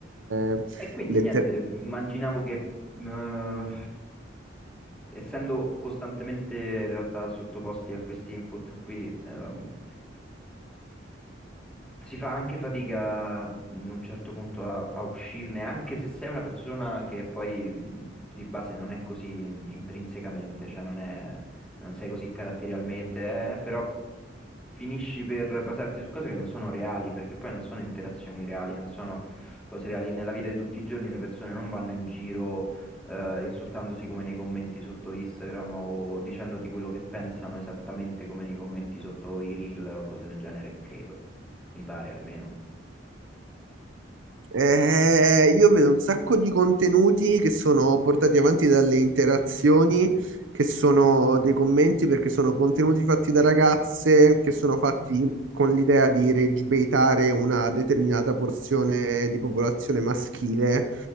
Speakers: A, on the right; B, in the centre.
A: eh,
B: E quindi
A: letter-
B: niente, immaginavo che... eh, essendo costantemente in realtà sottoposti a questi input qui, ehm, si fa anche fatica in un certo punto a, a uscirne, anche se sei una persona che poi mh, di base non è così in- intrinsecamente, cioè non è, non sei così caratterialmente, eh, però finisci per basarti su cose che non sono reali, perché poi non sono interazioni reali, non sono cose reali. Nella vita di tutti i giorni le persone non vanno in giro eh, insultandosi come nei commenti sotto Instagram o dicendoti quello che pensano esattamente come nei commenti sotto i reel o cose del genere, credo. Mi pare almeno.
A: Eh, io vedo un sacco di contenuti che sono portati avanti dalle interazioni, che sono dei commenti, perché sono contenuti fatti da ragazze, che sono fatti con l'idea di regibeitare una determinata porzione di popolazione maschile